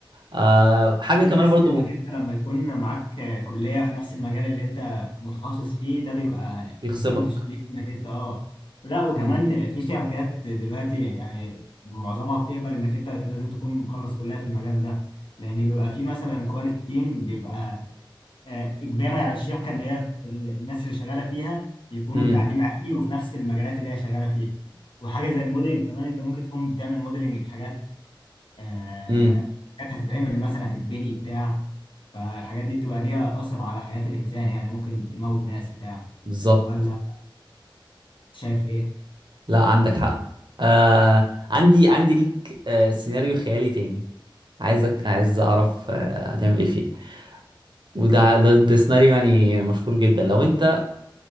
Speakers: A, on the right; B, on the left.
A: آه، حاجة
B: انا
A: كمان
B: بحس
A: برضه
B: انك انت لما يكون معاك كلية في نفس المجال اللي انت متخصص فيه ده بيبقى
A: بيخصبك
B: ادفانتج ليك انك انت اه لا وكمان
A: امم
B: في شركات دلوقتي يعني معظمها بتقبل انك انت لازم تكون مخلص كلية في المجال ده لان بيبقى في مثلا كواليتي تيم بيبقى آه، اجباري على الشركه ان هي ال- الناس اللي شغاله فيها يكونوا
A: امم
B: تعليم عالي وفي نفس المجالات اللي هي شغاله فيها وحاجه زي الموديلنج كمان انت ممكن تكون بتعمل موديلنج لحاجات آه،
A: امم
B: حاجات هتتعمل مثلا هتتبني بتاع فالحاجات دي بتبقى ليها اثر على حياه الانسان يعني ممكن تموت ناس بتاع
A: بالظبط
B: ولا شايف ايه؟
A: لا عندك حق آه عندي عندي ليك آه سيناريو خيالي تاني عايزك
B: إيه؟
A: عايز اعرف آه هتعمل ايه فيه وده ده, ده سيناريو يعني مشهور جدا لو انت